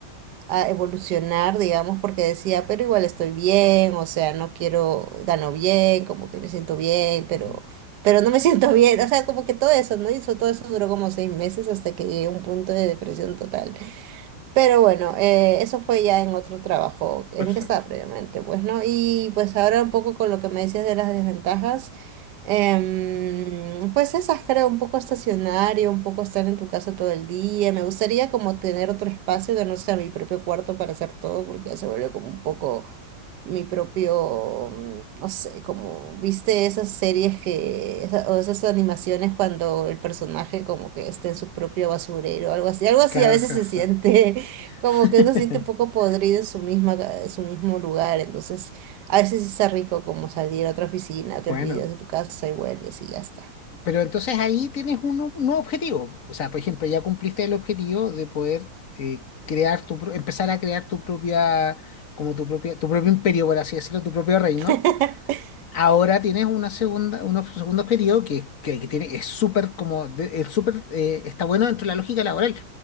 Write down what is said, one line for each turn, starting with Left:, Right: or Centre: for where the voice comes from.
Right: a evolucionar, digamos, porque decía, pero igual estoy bien, o sea, no quiero, gano bien, como que me siento bien, pero,
Left: Ujú.
Right: pero no me <laughs> siento bien, o sea, como que todo eso, ¿no? Y eso, todo eso duró como seis meses hasta que llegué a un punto de depresión total. Pero bueno, eh, eso fue ya en otro trabajo en
Left: Perfecto.
Right: que estaba previamente, pues, ¿no? Y pues ahora un poco con lo que me decías de las desventajas, em, pues esas creo, un poco estacionario, un poco estar en tu casa todo el día. Me gustaría como tener otro espacio que no sea mi propio cuarto para hacer todo, porque ya se volvió como un poco mi propio, mm, no sé, como viste esas series que, esa- o esas animaciones cuando el personaje como que está en su propio basurero, algo así, algo así
Left: Caja.
Right: a veces se siente como
Left: <laughs>
Right: que uno se siente un poco podrido en su misma, ca- en su mismo lugar, entonces a veces sí está rico como salir a otra oficina, te
Left: Bueno,
Right: olvidas de tu casa y vuelves y ya está.
Left: pero entonces ahí tienes un, nu- un nuevo objetivo. O sea, por ejemplo, ya cumpliste el objetivo de poder eh, crear tu, pro- empezar a crear tu propia, como tu propia, tu propio imperio, por así decirlo, tu propio reino.
Right: <laughs>
Left: Ahora tienes una segunda, un ob- segundo objetivo que, que, que tiene, es súper como, de- es súper, eh, está bueno dentro de la lógica laboral,